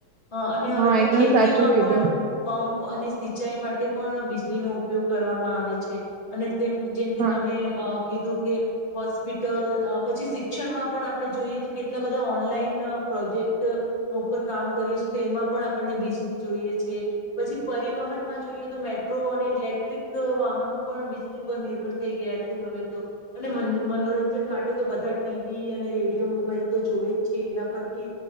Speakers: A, on the left; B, on the right.
A: હ અને હવે
B: હા
A: તો
B: એકદમ
A: ખેતીમાં
B: સાચું કીધું
A: પણ. અને સિંચાઈ માટે પણ બીજલીનો ઉપયોગ કરવામાં આવે છે અને. તેમ જેમ કે
B: હા
A: તમે અ કીધું. કે હોસ્પિટલ પછી શિક્ષણમાં પણ આપણે જોઈએ તો કેટલા બધા ઓનલાઈન પ્રોજેક્ટ ઉપર કામ કરીએ છીએ તો એમાં પણ આપણને બીજલી જોઈએ છે. પછી પરિવહનમાં જોઈએ તો મેટ્રો અને ઇલેક્ટ્રિક વાહનો પણ વીજળી પર નિર્ભર થઈ ગયા છે હવે તો અને મનોરંજન માટે તો બધા ટીવી અને રેડિયો મોબાઈલ તો જોવે જ છે એના પર બી